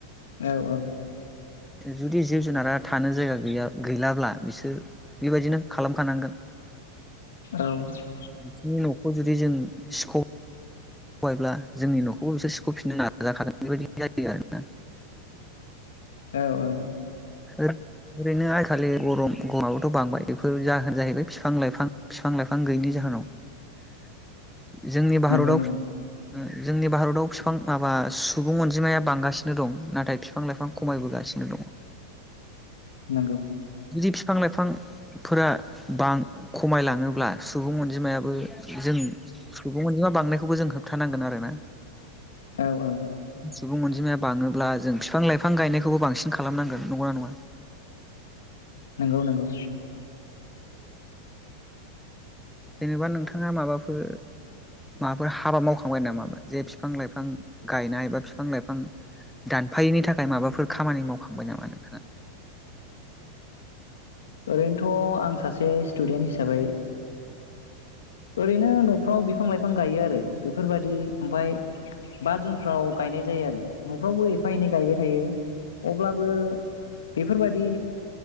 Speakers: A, on the left; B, in the centre.
A: औ औ
B: जुदि जिब जुनारा थानो जायगा गैया गैलाब्ला बिसोर बेबायदिनो खालामखानांगोन
A: औ
B: बिथि न जुदि जों सिख' हबायब्ला जोंनि न'खौबो बिसोर सिख'फिननो नाजाखादों बेबायदि जायो आरोना
A: औ औ
B: ओरैनो आइखालि गरम गरमाबोथ' बांबाय बेफोर जाहोन जाहैबाय बिफां लाइफां बिफां लाइफां गैयैनि जाहोनाव जोंनि भारताव
A: नंगौ नंगौ
B: ओ जोंनि भारताव बिफां माबा सुबुं अनजिमाया बांगासिनो दं नाथाय बिफां लाइफां खमायबोगासिनो दङ।
A: नंगौ
B: जुदि बिफां लाइफांफोरा बां खमाय लाङोब्ला सुबुं अनजिमायाबो जों सुबुं अनजिमा बांनायखौबो जों होबथानांगोन आरोना
A: औ औ
B: सुबुं अनजिमाया बाङोब्ला जों फिफां लाइफां गायनायखौबो बांसिन खालामनांगोन नंगौना नङा?
A: नोंगौ नोंगौ।
B: जेनेबा नोंथाङा माबाफोर माबाफोर हाबा मावखांबाय नामा जे बिफां लाइफां गायनाय बा बिफां लाइफां दानफायैनि थाखाय माबाफोर खामानि मावखांबाय नामा नोंथाङा।
A: ओरैनोथ' आं सासे स्टुदेन्ट हिसाबै ओरैनो न'फ्राव बिफां लाइफां गायो आरो बेफोरबादि ओमफाय बा जुनफ्राव गायनाय जायो आरो न'फ्रावबो एफा एनै गायबाय थायो अब्लाबो बेफोरबादि